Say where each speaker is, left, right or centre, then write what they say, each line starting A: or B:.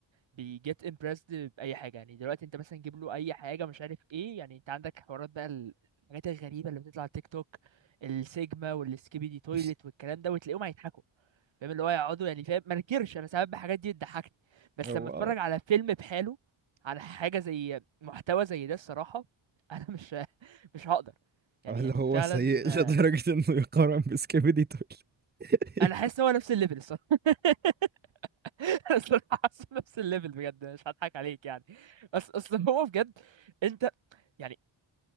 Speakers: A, on the right (about 70°); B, on the right (about 20°).
A: بيجيت امبرسد باي حاجه يعني دلوقتي انت مثلا جيب له اي حاجه مش عارف ايه يعني انت عندك حوارات بقى ال- الحاجات الغريبه اللي بتطلع على تيك توك السيجما والسكيبي دي
B: <laughs>
A: تويلت والكلام ده وتلاقيهم هيضحكوا فاهم اللي هو يقعدوا يعني فاهم ما نكرش انا ساعات الحاجات دي بتضحكني بس
B: هو
A: لما اتفرج على فيلم بحاله على حاجه زي محتوى زي ده الصراحه <laughs> انا مش مش هقدر يعني
B: هل
A: يعني
B: هو
A: فعلا
B: سيء
A: آه،
B: <laughs> لدرجة انه يقارن بسكيبيدي تول <laughs>
A: انا حاسس هو نفس الليفل الصراحه <laughs> <laughs> الصراحه حاسه نفس الليفل بجد مش هضحك عليك يعني اصل اصل هو بجد انت يعني